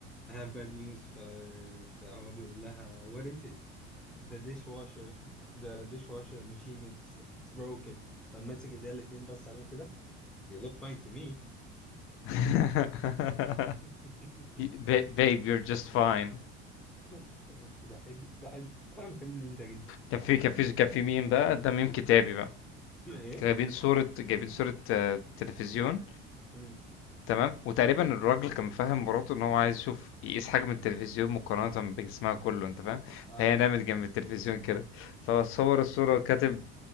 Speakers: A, in the centre; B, on the left (about 40°).
A: I have bad news ف... فهو بيقول لها what is it the dishwasher the dishwasher machine it's it's broken فماسك ايديها الاتنين بص عليهم كده they look fine to me
B: <laughs>
A: <laughs>
B: Ba- babe you're just fine
A: <laughs> بحب بحب انا بحب مين ده جدا
B: كان في كان في كان في ميم بقى ده ميم كتابي بقى
A: ايه
B: جايبين صورة جايبين صورة آه، تلفزيون
A: مم.
B: تمام وتقريبا الراجل كان فاهم مراته ان هو عايز يشوف يقيس حجم التلفزيون مقارنة بجسمها كله انت فاهم
A: اه
B: فهي نامت جنب التلفزيون كده فصور الصورة وكاتب